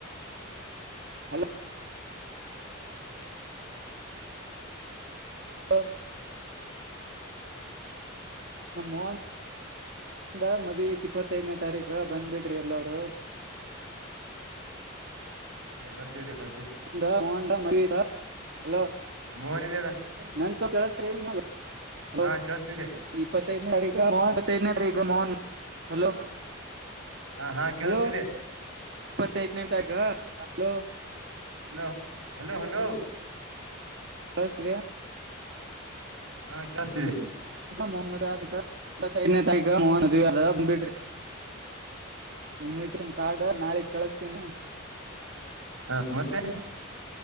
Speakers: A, on the right; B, on the right.
A: ಹಲೋ ಹಾ. ನಮ್ಮ ಮೋನ್. ಒಂದ ಮದ್ೆ ಇಪ್ಪತ್ತೈದನೇ ತಾರೀಕ ಬಂದ್ಬಿಡ್ರಿ ಎಲ್ಲರು.
B: ಏ ಬರ್ತೀವಿ್ರೀ ಬರ್ತೀವಿರಿ.
A: ಮಂದ ಮಹಂದಾ ಮಹದಾ. ಹಲೋ.
B: ಮೋಹನ್ ಎಲ್ಲಿ ಅದಾನ್
A: ನ ಸ್ವಲ್ಪ. <inaudible> ಹಲೋ
B: ಹಾ ಕೇಳಸ್ತಿದೆ
A: ಇಪತ್ ಮ ತ ತಗ ಮೋಹನ್. ಹಲೋ
B: ಹಾ ಹಾ ಕೇಳಸ್ತಿದೆ
A: ಹಲೋ. ಇಪ್ಪತ್ತೈದನೇ ತಕ ನ.
B: Hello hello hello.
A: ಫಸ್ಟ್ ವ.
B: ಹಾ ಕೇಳಸ್ತೀವಿ.
A: ಮ ಮದ ಆನೇ ತಕ ಮನ್ದ ಅಂದ ಬಿಡ್ರಿ ಇನ್ವಿಟೇಶನ್ ಕಾರ್ಡ್ ನಾಳಿಗ್ ಕಳಸ್ತೀನ
B: ಹಾ ಮತ್ತೆ